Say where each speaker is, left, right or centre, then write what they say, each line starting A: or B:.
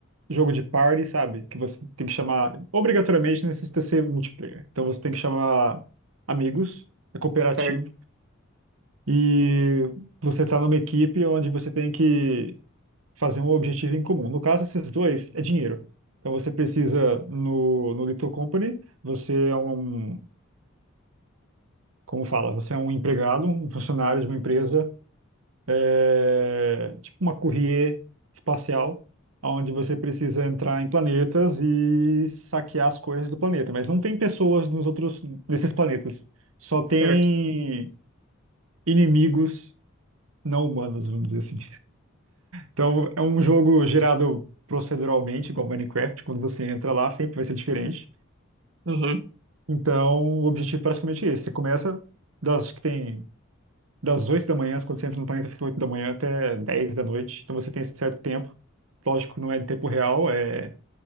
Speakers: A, on the right; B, on the right.
A: jogo de party, sabe? Que você tem que chamar, obrigatoriamente necessita ser multiplayer. Então você tem que chamar amigos, é cooperativo,
B: Certo,
A: e você tá numa equipe onde você tem que fazer um objetivo em comum. No caso, esses dois é dinheiro. Então você precisa, no, no Little Company, você é um, como fala, você é um empregado, um funcionário de uma empresa é, tipo uma courrier espacial, onde você precisa entrar em planetas e saquear as coisas do planeta. Mas não tem pessoas nos outros, nesses planetas. Só tem
B: certo.
A: inimigos não humanos, vamos dizer assim. Então é um jogo gerado proceduralmente, igual Minecraft. Quando você entra lá, sempre vai ser diferente.
B: Uhum,
A: Então o objetivo é praticamente esse. Você começa das que tem das 8 da manhã, quando você entra no planeta, fica 8 da manhã até 10 da noite. Então você tem esse certo tempo. Lógico, não é em tempo real, é